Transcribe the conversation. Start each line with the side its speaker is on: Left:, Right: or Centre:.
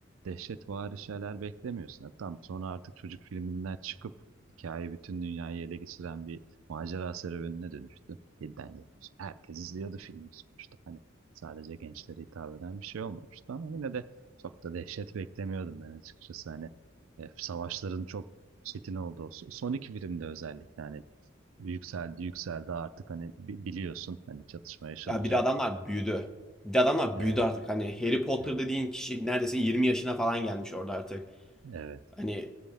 Right: dehşetvari şeyler beklemiyorsun. Yani Tam sonra artık çocuk filminden çıkıp hikaye bütün dünyayı ele geçiren bir macera serüvenine dönüştü. 7'den 70. Herkes izliyordu filmi sonuçta. Hani sadece gençlere hitap eden bir şey olmamıştı ama yine de çok da dehşet beklemiyordum ben açıkçası. Hani e, savaşların çok Çetin oldu. So, Son iki birimde özellikle hani yükseldi yükseldi artık hani bi- biliyorsun hani çatışma yaşanacak.
Centre: Ya bir de adamlar büyüdü. Bir de adamlar
Right: Evet,
Centre: büyüdü artık. Hani Harry Potter
Right: evet,
Centre: dediğin kişi neredeyse 20 yaşına falan gelmiş orada artık.
Right: evet.
Centre: Hani